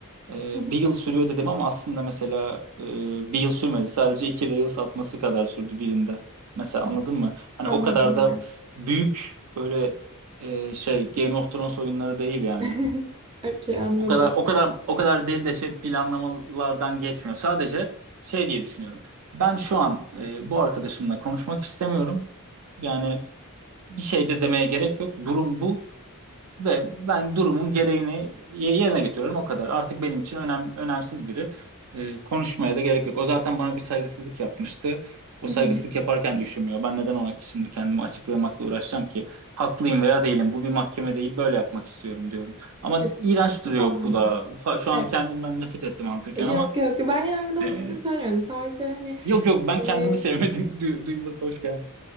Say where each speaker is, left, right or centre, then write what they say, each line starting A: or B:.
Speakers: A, on the right; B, on the right.
A: E,
B: Hı. hı.
A: bir yıl sürüyor dedim ama aslında mesela e, bir yıl sürmedi. Sadece iki Reels atması kadar sürdü birinde. Mesela
B: Hı.
A: anladın mı? Hani
B: Anladım
A: o kadar
B: evet.
A: da büyük böyle e, şey Game of Thrones oyunları değil yani.
B: <laughs> Okey anladım.
A: O kadar o kadar o kadar deli deşet planlamalardan geçmiyor. Sadece şey diye düşünüyorum. Ben şu an e, bu arkadaşımla konuşmak istemiyorum. Yani bir şey de demeye gerek yok. Durum bu. Ve ben durumun gereğini ye- yerine getiriyorum o kadar. Artık benim için önem, önemsiz biri. Ee, konuşmaya da gerek yok. O zaten bana bir saygısızlık yapmıştı. O
B: Hı
A: saygısızlık
B: hı.
A: yaparken düşünmüyor. Ben neden ona şimdi kendimi açıklamakla uğraşacağım ki? Haklıyım veya değilim. Bu bir mahkeme değil. Böyle yapmak istiyorum diyorum. Ama
B: Yok,
A: iğrenç duruyor
B: hiç anlıyorum.
A: kulağa. Fa- Şu an
B: Evet.
A: kendimden nefret ettim anlatırken
B: Yok
A: ama
B: yok ben yargılamak
A: e,
B: için söylemiyorum. Sadece hani
A: yok yok ben kendimi
B: e,
A: sevmedim. Du duyması hoş geldi.